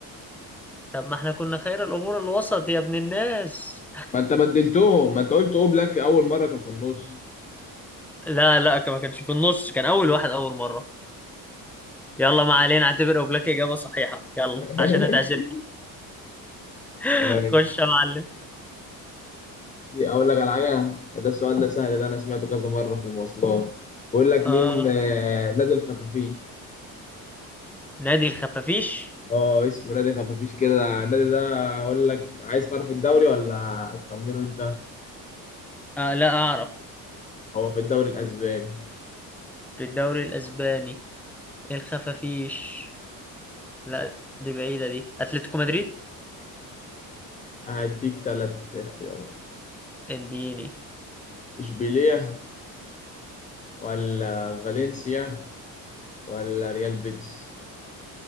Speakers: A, in the centre; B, on the left (about 20°).
A: طب ما احنا كنا خير الامور الوسط يا ابن الناس
B: ما أنت بدلتهم ما أنت قلت أوبلاك أول مرة كان في النص
A: لا لا كان- ما كانش في النص كان اول واحد اول مرة يلا ما علينا اعتبر اوبلاك اجابة صحيحة يلا
B: ماشي
A: عشان هتعزمني <laughs>
B: ماشي
A: خش يا معلم
B: في اقول لك على حاجه ده السؤال ده سهل ده انا سمعته كذا مره في المواصلات بقول لك
A: اه
B: مين آه، نادي الخفافيش
A: نادي الخفافيش
B: اه اسمه نادي خفافيش كده النادي ده اقول لك عايز تعرف الدوري ولا هتخمنه انت
A: آه لا اعرف
B: هو في الدوري الاسباني
A: في الدوري الاسباني إيه الخفافيش لا دي بعيدة دي اتلتيكو مدريد
B: هديك ثلاث اختيارات
A: اديني
B: اشبيليه ولا فالنسيا ولا ريال بيتس